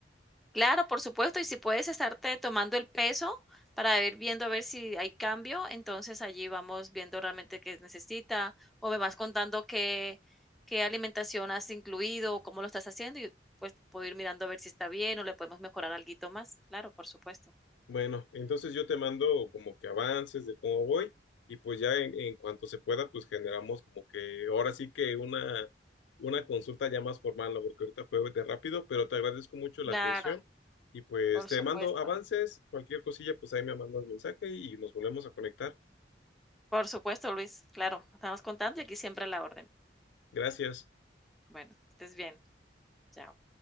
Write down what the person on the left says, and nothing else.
Bueno, entonces yo te mando como que avances de cómo voy y pues ya en, en cuanto se pueda, pues generamos como que ahora sí que una, una consulta ya más formal, ¿no? porque ahorita fue de rápido, pero te agradezco mucho la
atención y pues
te
mando avances, cualquier cosilla, pues ahí me mandas mensaje y nos volvemos a conectar.
Gracias.